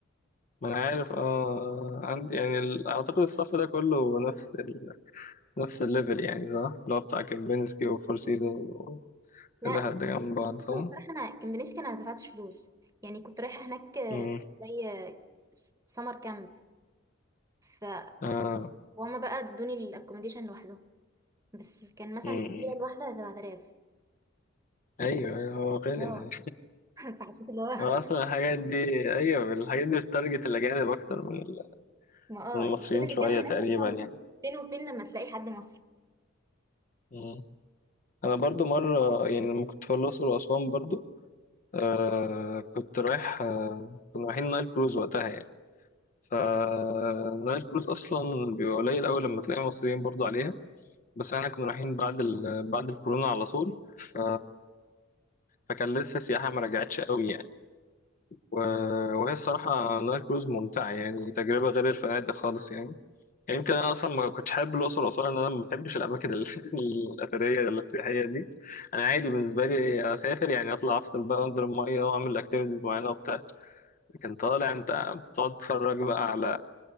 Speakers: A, on the left; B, on the right.
A: ما انا عارف اه عندي يعني ال- اعتقد الصف ده كله نفس ال... نفس الليفل يعني صح اللي هو بتاع كيمبينسكي وفور سيزونز وكذا
B: لا
A: حد جنب بعض
B: بس بصوا
A: صح
B: الصراحه انا كمبينيسكي انا ما دفعتش فلوس يعني كنت رايحه هناك آه،
A: امم
B: زي سمر كامب فهم
A: اه
B: بقى ادوني الاكوموديشن لوحده بس كان مثلا
A: امم
B: في الليله الواحده 7000
A: ايوه أيوة، هو غالي
B: اه
A: يعني
B: <laughs> فحسيت اللي هو
A: هو اصلا الحاجات دي ايوه الحاجات دي بتتارجت الاجانب اكتر من ال-
B: ما
A: من المصريين
B: اه يعني كل اللي
A: شويه
B: كانوا
A: تقريبا
B: هناك اصلا
A: يعني
B: فين وفين لما تلاقي حد مصري
A: مم. انا برضو مره يعني لما كنت في الاقصر واسوان برضو آه كنت رايح آه كنا رايحين نايل كروز وقتها يعني فنايل كروز اصلا بيبقى قليل قوي لما تلاقي مصريين برضو عليها بس احنا كنا رايحين بعد ال... بعد الكورونا على طول ف... فكان لسه السياحه ما رجعتش قوي يعني و... وهي الصراحه نايل كروز ممتعه يعني تجربه غير الفنادق خالص يعني يعني يمكن انا اصلا ما كنتش حابب الاقصر واسوان لان انا ما بحبش الاماكن ال- <laughs> الاثريه ولا السياحيه دي انا عادي بالنسبه لي اسافر يعني اطلع افصل بقى وانزل الميه واعمل اكتيفيتيز معينه وبتاع لكن طالع انت بتقعد تتفرج بقى على